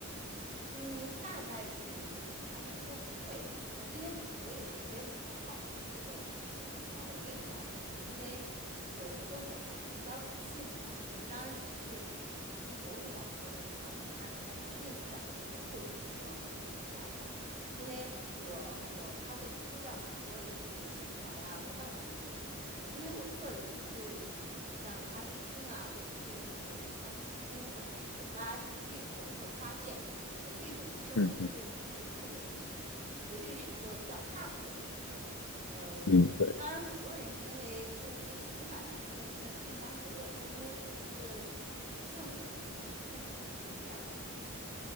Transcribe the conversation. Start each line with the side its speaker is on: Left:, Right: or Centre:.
Right: 嗯，大概率，呃，坦白说不会，<clears throat> 呃，因为我我有一个特别不好的这个呃毛病哈，就是因为我我觉得我还是比较理性的，就是当然这个呃从某种角度说这是好的，但是从另一种角度说，人过于理性也也不是太好，因为我我他会丢掉很多的这种情怀啊或浪漫的东西，呃，因为我个人对于像咖啡厅啊，或者对于这种餐厅或者酒吧这种或者花店。呃这种生意的认知是一定会赔钱，
Left: 嗯嗯
Right: 绝对是一个比较差的投资。呃，
Left: 嗯，对。
Right: 当然很多人是因为他有一些情怀嘛，那那是另当别论。但是因为我是一个理性的人，可能我就不会去选择这样子。